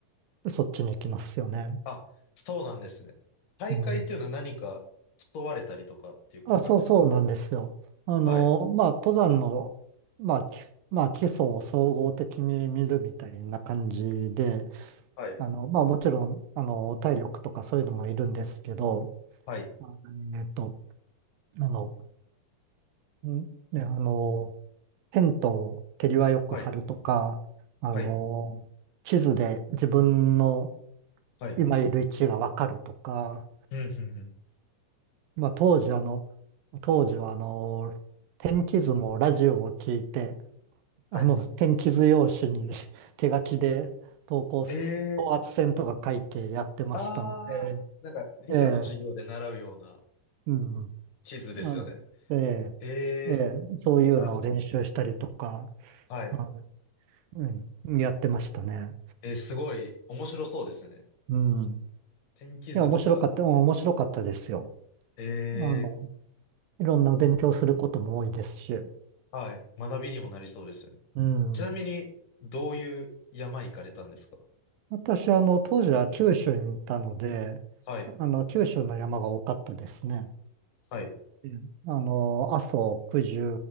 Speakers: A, on the right; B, on the left.
A: そっちに行きますよね。
B: あ、そうなんですね。大会っていうのは何か競われたりとかっていうことなんですか
A: うん。あ、そうそうなんですよ。あの、
B: はい。
A: まあ、登山の、まあ、基まあ、基礎を総合的に見るみたいな感じで、
B: はい。
A: あの、まあ、もちろん、あの、体力とかそういうのもいるんですけど、
B: はい。
A: あえっと、あの、んで、あの、テントを手際よく張るとか、
B: はい。
A: あの、
B: はい。
A: 地図で自分の
B: はい。
A: 今いる位置がわかるとか、
B: うん、うん、うん。
A: まあ当時あの、当時はあの、天気図もラジオを聞いて、
B: はい。
A: あの、天気図用紙に <laughs> 手書きで投稿す、
B: えー
A: 高圧線とか書いてやってましたので、
B: ああ、なんか理科の授業で習うような
A: ええ、うん、
B: 地図ですよね。
A: あの、ええ、
B: ええ、
A: ええ、そういうのを練習したりとか、
B: あ、はい。
A: あのうん、やってましたね。
B: えー、すごい面白そうですね。
A: うん。い
B: 天気図とか、
A: や、面白かった、うん面白かったですよ。
B: ええ、
A: あの、いろんな勉強することも多いですし。
B: はい。学びにもなりそうですよね。
A: うん。
B: ちなみに、どういう山行かれたんですか
A: 私、あの、当時は九州にいたので、
B: はい。
A: あの、九州の山が多かったですね。
B: はい。
A: うんあの、阿蘇、九十、